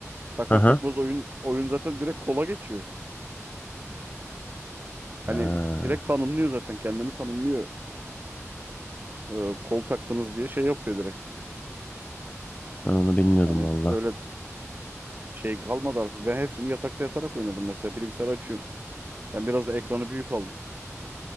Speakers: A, on the right; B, on the left.
A: Takar
B: Hı hı.
A: takmaz oyun oyun zaten direkt kola geçiyor. Hani
B: Ha,
A: direkt tanımlıyor zaten kendini tanımlıyor. E, kol taktınız diye şey yapıyor direkt.
B: ben onu bilmiyordum
A: Hani
B: valla.
A: öyle şey kalmadı artık. Ben hepsini yatakta yatarak oynadım mesela. Bilgisayarı açıyorum. Ben biraz da ekranı büyük aldım.